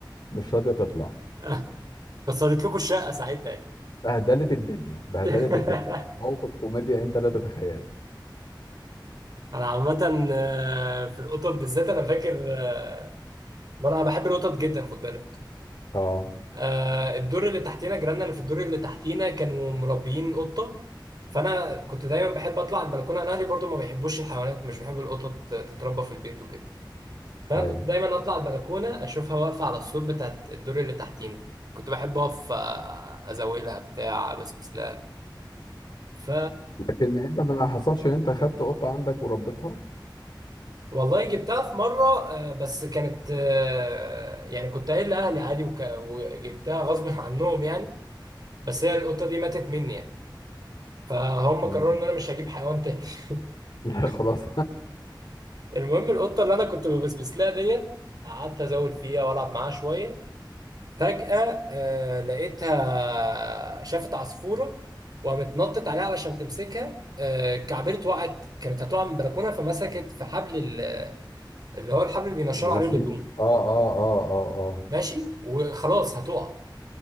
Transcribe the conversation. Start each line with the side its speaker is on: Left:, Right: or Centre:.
Left: مش راضيه تطلع
Right: <laughs> كسرت لكم الشقه ساعتها اكيد
Left: بهدلت الدنيا بهدلت
Right: <laughs>
Left: الدنيا كان موقف كوميديا انت لا تتخيل
Right: انا عامه آه، في القطط بالذات انا فاكر آه، ما انا بحب القطط جدا خد بالك
Left: اه
Right: آه الدور اللي تحتينا جيراننا اللي في الدور اللي تحتينا كانوا مربيين قطه فانا كنت دايما بحب اطلع البلكونه انا اهلي برضو ما بيحبوش الحيوانات مش بيحبوا القطط تتربى في البيت وكده فانا
Left: ايوه
Right: كنت دايما اطلع البلكونه اشوفها واقفه على السور بتاعت الدور اللي تحتينا كنت بحب اقف آه، ازاولها بتاع بسبس لها ف
Left: لكن انت ما حصلش ان انت خدت قطه عندك وربيتها
Right: والله جبتها في مرة آه، بس كانت آه، يعني كنت قايل لأهلي عادي وك- وجبتها غصب عنهم يعني بس هي القطة دي ماتت مني يعني فهم
Left: امم
Right: قرروا ان انا مش هجيب حيوان تاني
Left: لا
Right: <laughs>
Left: <laughs> خلاص
Right: المهم القطه اللي انا كنت ببسبس لها ديت قعدت ازول فيها والعب معاها شويه فجاه آه لقيتها شافت عصفوره وقامت نطت عليها علشان تمسكها آه كعبرت وقعت كانت هتقع من البلكونه فمسكت في حبل ال- اللي هو الحبل
Left: <laughs>
Right: اللي بينشروا
Left: الغسيل
Right: عليه الهدوم
Left: اه اه اه اه اه
Right: ماشي وخلاص هتقع